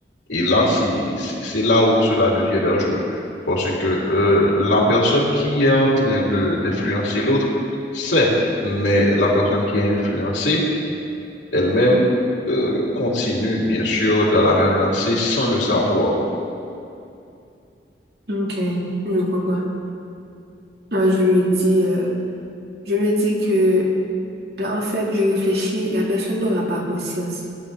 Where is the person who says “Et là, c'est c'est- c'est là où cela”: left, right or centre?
Left